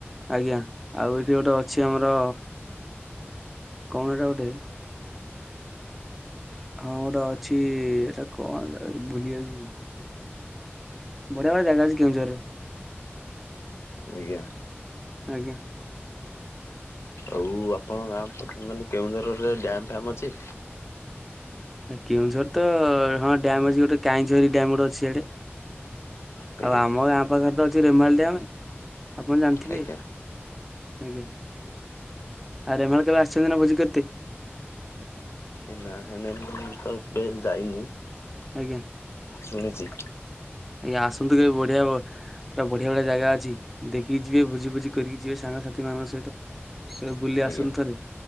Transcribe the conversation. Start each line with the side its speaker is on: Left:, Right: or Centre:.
Centre: ଆଜ୍ଞା। ଆଉ ଏଇଠି ଗୋଟେ ଅଛି ଆମର କଣ ଏଟା ଗୋଟେ ହଁ ଗୋଟେ ଅଛି ଏଟା କଣ ଭୁଲି ଯାଉଛି। ବଢିଆ ବଢିଆ ଜାଗା ଅଛି କେଉଁଝରରେ।
Left: ଆଜ୍ଞା।
Centre: ଆଜ୍ଞା
Left: ଆଉ ଆପଣଙ୍କ ଗାଁ ମାନେ କେଉଁଝର ରେ ଡ୍ୟାମ ଫ୍ୟାମ ଅଛି?
Centre: କେଉଁଝର ତ ହଁ ଡ୍ୟାମ ଅଛି ଗୋଟେ କାହିଁଝରି ଡ୍ୟାମ ଅଛି ଇଆଡ଼େ
Left: ଆଜ୍ଞା
Centre: ଆଉ ଆମ ଆମ ଗାଁ ପାଖରେ ତ ଅଛି ରେମାଲି ଡ୍ୟାମ। ଆପଣ ଜାଣିଥିବେ
Left: ଆଜ୍ଞା
Centre: ଆଜ୍ଞା। ଆ ରେମଳକବେ ଆସିଛନ୍ତି ନାଁ ଭୋଜି କର୍ତେ?
Left: ଏ ନାଁ ନାଁ ମୁଁ ତ କେବେ ଯାଇନି।
Centre: ଆଜ୍ଞା
Left: ଶୁଣିଛି।
Centre: ଆଜ୍ଞା ଆସନ୍ତୁ କେବେ ବଢିଆ ହବ। ପୁରା ବଢିଆ ବଢିଆ ଜାଗା ଅଛି ଦେଖିକି ଯିବେ ଭୋଜି ଫୋଜି କରିକି ଯିବେ ସାଙ୍ଗସାଥି ମାନଙ୍କ ସହିତ। ସେ ବୁଲି
Left: ଆଜ୍ଞା
Centre: ଆସନୁ ଥରେ।